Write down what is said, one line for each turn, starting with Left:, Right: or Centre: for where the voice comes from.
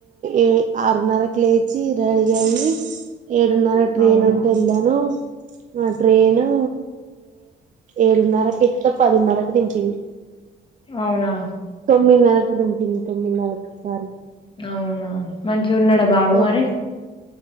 Right: ఏ ఆరున్నరకు లేచి రెడీ అయ్యి ఏడున్నర కి ట్రైన్
Left: అవునా
Right: ఉంటే వెళ్ళాను. ఆ ట్రైను ఏడున్నరకి ఎక్కుతాం. పదిన్నరకు దించింది.
Left: అవునా
Right: తొమ్మిదిన్నరకు దింపింది. తొమ్మిదిన్నరకు సారీ
Left: అవునా మంచిగా ఉన్నాడా బాబు
Right: తొమ్మిది
Left: మరి.